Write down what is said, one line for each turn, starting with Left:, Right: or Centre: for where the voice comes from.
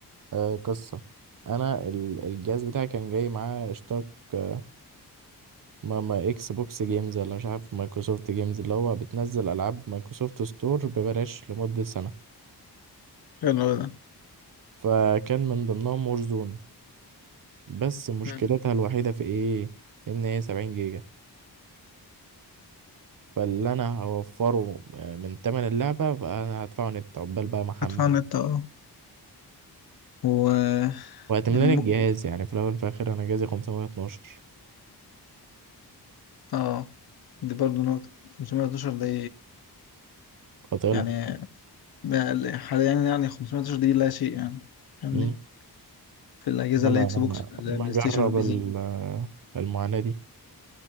Right: آه قصة انا ال- الجهاز بتاعي كان جاي معاه اشتراك آه، ما ما اكس بوكس جيمز ولا مش عارف مايكروسوفت جيمز اللي هو بتنزل العاب مايكروسوفت ستور ببلاش لمدة سنة
Left: حلو أوي ده
Right: فكان من ضمنهم وور زون بس مشكلتها
Left: مم.
Right: الوحيدة في ايه ان هي 70 جيجا فاللي انا هوفره آه، من تمن اللعبة فانا هدفعه نت عقبال بقى محمل
Left: هدفع النت اه و
Right: وهتملاني
Left: يعني ممكن
Right: الجهاز يعني في الاول وفي الاخر انا جهازي 512
Left: اه دي برضه نقطة 512 دي
Right: فطلع
Left: يعني ده حاليا يعني 512 دي لا شيء يعني فاهمني
Right: مم.
Left: في الأجهزة
Right: انا
Left: اللي هي إكس
Right: انا
Left: بوكس في البلاي
Right: ما اجرب
Left: ستيشن والبي
Right: ال-
Left: سي
Right: المعاناة دي